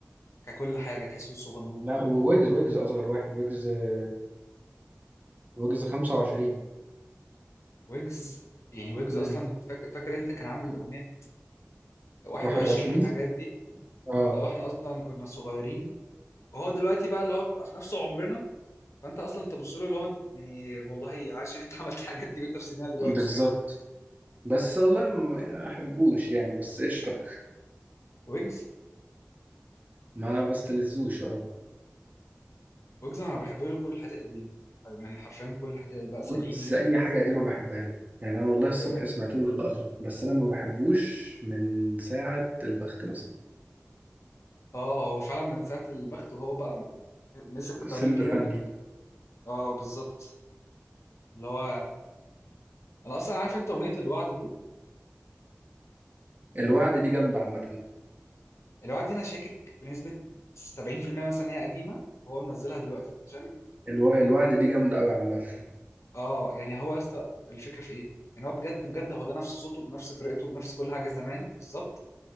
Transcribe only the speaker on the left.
ككل حاجه تحسه صغنون
ويجز يعني ويجز
اصلا فاكر, فاكر انت كان عامل الاغنيه 21
والحاجات دي
اللي هو احنا اصلا كنا صغيرين وهو دلوقتي بقى اللي هو بقى في نفس عمرنا فانت اصلا تبص له اللي هو يعني والله عاش ان انت <laughs> عملت الحاجات دي وانت في سننا دلوقتي
فاهم
ويجز
ويجز انا بحب له كل الحاجات القديمه يعني حرفيا كل الحاجات بقى ساليني
و...
اه هو فعلا من ساعه البخت وهو بقى مسك طريق
كده
اه بالظبط اللي هو انا اصلا عارف انت اغنيه الوعد دي
الوعد دي انا شاكك بنسبه 70% مثلا هي قديمه هو منزلها دلوقتي عشان
اه يعني هو يا اسطى الفكره في ايه يعني هو بجد بجد هو ده نفس صوته بنفس طريقته بنفس كل حاجه زمان بالظبط